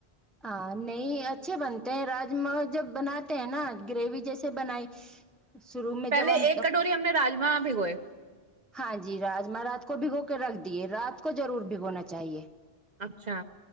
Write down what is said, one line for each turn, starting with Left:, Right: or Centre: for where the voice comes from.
Centre: ہاں نہیں اچھے بنتے ہیں راجما جب بناتے ہیں نا گریوی جیسے بنائی شروع میں
Right: پہلے
Centre: جب ہم
Right: ایک کٹوری ہم نے راجما بھگوئے
Centre: ہاں جی راجما رات کو بھگو کے رکھ دیے رات کو ضرور بھگونا چاہیے
Right: اچھا